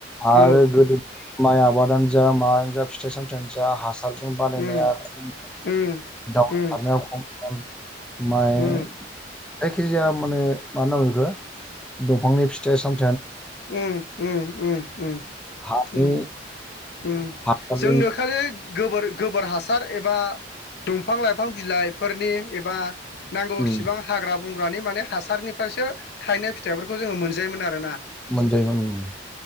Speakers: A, in the centre; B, on the left.
A: आरो
B: औ
A: गोदो। माइ आबादानो जा मायानो जा फिथाइ सामथायाइानो जा हासार जा बानायनाया
B: उम
A: खम
B: उम
A: दावउ
B: उम
A: खारनाया खम माइ
B: उम
A: जायखि जाया माने मा होना बुंङो बेखौ। दंफांनि फिथाइ साम
B: उम उम उम उम
A: हानि
B: उम उम
A: हासारजोंनो
B: जोंनो खालि गोबोर गोबोर हासार एबा दंफां लाइफां बिलाइफोरनि एबा नांगौसिबां
A: उम
B: हाग्रा बंग्रानि माने हासारनिफ्रायसो थायनाय फिथाइफोरखौ जोङो मोनजायोमोन आरो ना।
A: मोनजायमोन उम।